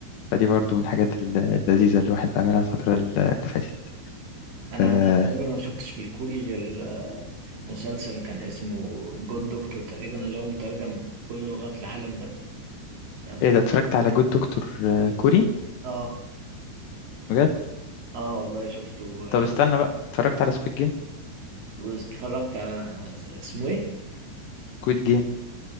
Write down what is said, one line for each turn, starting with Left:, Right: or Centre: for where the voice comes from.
Left: فدي برضو من الحاجات ال- اللذيذه اللي الواحد عاملها الفتره ال- اللي فاتت
Right: أنا
Left: آه
Right: تقريبا ما شفتش في الكوري غير آه، مسلسل كان اسمه جود دكتور تقريبا اللي هو مترجم كل لغات العالم ده اه
Left: ايه ده اتفرجت على جود دكتور آه كوري
Right: اه
Left: بجد
Right: آه، والله شفته و-
Left: طب استنى بقى اتفرجت على سكويد جيم
Right: واتفرجت على اسمه ايه؟
Left: سكويد جيم